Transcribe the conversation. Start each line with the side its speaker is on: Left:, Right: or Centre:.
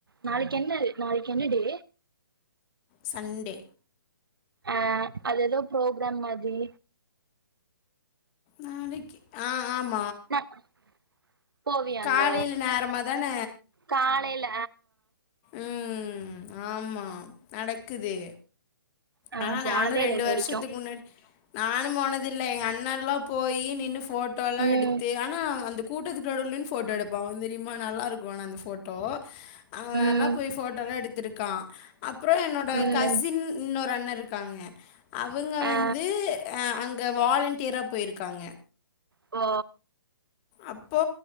Right: நாளைக்கு என்ன நாளைக்கு என்ன டி
Left: சண்டே
Right: ஆஹ அது ஏதோ ப்ரோக்ராம் மாிரி
Left: நாளைக்கு ஆஹ் ஆமா
Right: <inaudible> போவியாங்க
Left: காலையில நேரமா தான?
Right: காலைல
Left: ம் ஆமாம் நடக்குது
Right: ஆ
Left: ஆனா
Right: போனதே
Left: நானும் ரெண்டு
Right: இல்ல இது
Left: வருஷத்துக்கு
Right: வரைக்கு
Left: முன்னாடி நானும் போனது இல்ல எங்க அண்ணா எல்லாம் போய் நின்னு போட்டோலாம்
Right: ம்
Left: எடுத்து ஆனா அந்த கூட்டத்துநடுவுலநின்னு போபட்டோ எடுப்பேன் தெரியுமாரியமா நல்லாருக்கும் அந்த ஃபோட்டோ அவெல்லாம்
Right: ம்
Left: போய் போட்டோல்லாம் எடுத்திருக்கான் அப்புறம் என்னோட
Right: ம்
Left: கசின் இன்னொரு அ இருக்காங்க அவுங்க வந்து
Right: ஆ
Left: ஆ அங்க அங்க வாலண்டியரா போயிருக்காங்க
Right: ஹ
Left: அப்போ